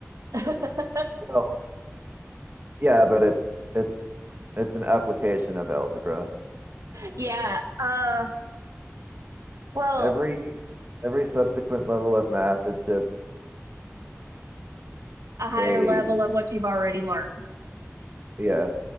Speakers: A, on the right; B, on the right.
A: <laughs>
B: Well, yeah, but it's it's it's an application of algebra.
A: Yeah. Uh, well,
B: Every every subsequent level of math is just
A: a higher
B: a
A: level of what you've already learned.
B: yes,